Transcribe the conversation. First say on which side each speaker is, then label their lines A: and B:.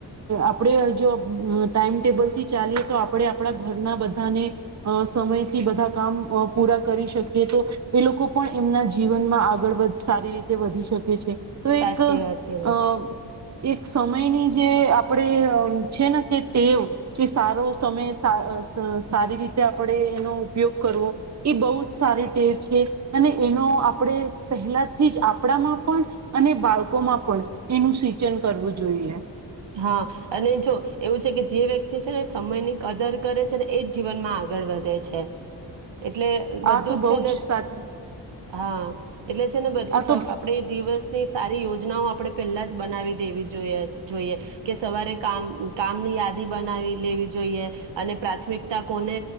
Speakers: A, on the right; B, on the right.
A: આપણે જો ટાઈમટેબલથી ચાલીએ તો આપણે આપણા ઘરના બધાને સમય બધા કામ પૂરા કરી શકીએ તો એ લોકો પણ એમના જીવનમાં આગળ વધ સારી રીતે વધી શકે છે તો એક
B: સાચી
A: અ
B: વાત કરી
A: એક સમયની જે આપણે છે ને કે ટેવ કે સારો સમય સારી રીતે આપણે એનો ઉપયોગ કરવો એ બહુ જ સારી ટેવ છે અને એનો આપણે પહેલાથી જ આપણામાં પણ અને બાળકોમાં પણ એનું સિંચન કરવું જોઈએ
B: હા અને જો એવું છે કે જે વ્યક્તિ છે ને સમયની કદર કરે છે ને એ જ જીવનમાં આગળ વધે છે એટલે બધું
A: આ તો
B: જ
A: બહુ
B: છે ને
A: સાચ
B: હા એટલે છે ને આપણે
A: આ તો
B: દિવસની સારી યોજ યોજનાઓ આપડે પેલા જ બનાવી દેવી જોઈએ જોઈએ કે સવારે કામ કામની યાદી બનાવી લેવી જોઈએ અને પ્રાથમિકતા કોને